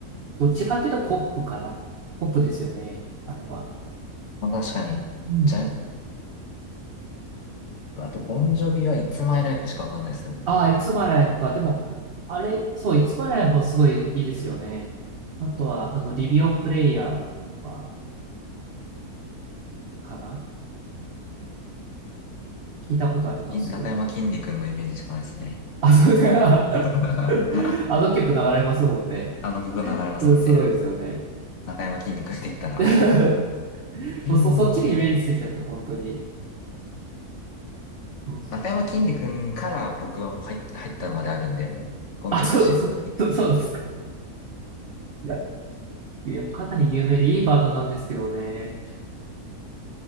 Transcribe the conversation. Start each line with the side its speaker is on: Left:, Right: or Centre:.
Right: う。どっちかっていうとポップかな。ポップですよね。あれは。
Left: まあ、確かに。
Right: うん。
Left: ジャ、あと、ボンジョビはいつ y l ライフしかわかんないですね、僕。
Right: ああ、いつまライフか。でも、あれ、そう、いつまライフもすごいいいですよね。あとは、あの、リビオプレイヤーとか、かな聞いたことあります
Left: き中山きんに君のイメージしかないですね。
Right: あ、そうですか。
Left: <laughs>
Right: <laughs>
Left: あ
Right: あの曲流れますもんね。
Left: の曲流れますもんね。
Right: うん、すごいですよね。
Left: 中山きんに君って言ったら、
Right: <laughs>
Left: イビングプレイヤー。
Right: もうそ、そっちにイメージついちゃって、本当に。そうそう
Left: 中山きんに君から僕はもう入入ったまであるんで、もう、ボンジョビを知る前に。
Right: あ、そう、そう、そうですか。いや、いや、かなり有名でいいバンドなんですけどね。